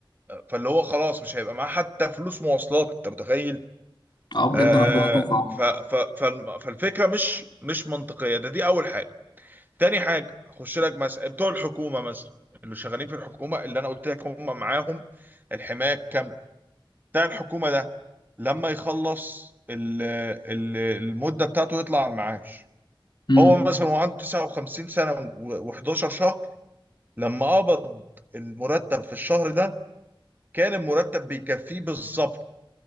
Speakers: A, on the right; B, on the left.
A: فاللي هو خلاص مش هيبقى معاه حتى فلوس مواصلات انت متخيل
B: اه بجد
A: آه
B: ربنا يكون في عونه
A: ف ف فالم- فالفكره مش مش منطقيه ده دي اول حاجه تاني حاجه اخش لك مثلا بتوع الحكومه مثلا اللي شغالين في الحكومه اللي انا قلت لك هم معاهم الحمايه بتاع الحكومة ده لما يخلص ال- ال- المدة بتاعته يطلع على المعاش
B: امم
A: هو مثلا وعنده 59 سنة و11 شهر لما قبض المرتب في الشهر ده كان المرتب بيكفيه بالظبط